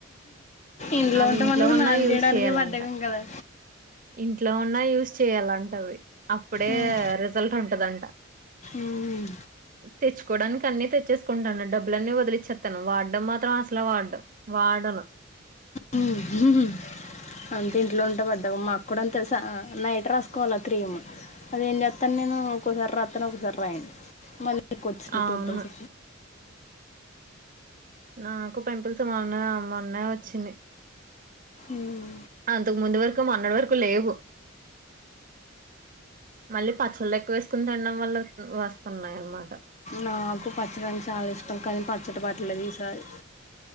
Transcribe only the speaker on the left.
ఇంట్లో
ఉంటే మనకు
స్నానం
చేయడానికే
బద్దకం కదా
ఉమ్,
ఉమ్,
ఉమ్ ఉంహు అంతె ఇంట్లో ఉంటే బద్దకం మాకు కూడ అంత్ తెలుసా నైట్ రాసుకోవాల క్రీమ్ అదేం చెత్తాను నేను ఒకోసారి రాత్తను ఒకోసారి రాయను మళ్ళి ఎక్కు వచ్చింది
పింపుల్స్
ఊమ్
నాకు పచ్చడంటె చాలా ఇష్టం కానీ పచ్చడి పట్టలెదు ఈసారి